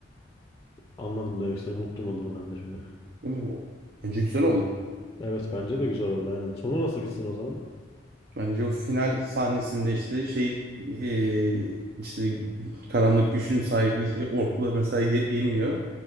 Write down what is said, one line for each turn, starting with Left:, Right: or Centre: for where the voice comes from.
Left: Anladım demek istedim. Unuttum adını ben de şimdi.
Right: Değil mi? Bence güzel oldu.
Left: Evet bence de güzel oldu aynen. Sonu nasıl bitsin o zaman?
Right: Bence o final sahnesinde işte şey e, işte karanlık güçün sahibi <laughs> orklar mesela ye- yeniyor.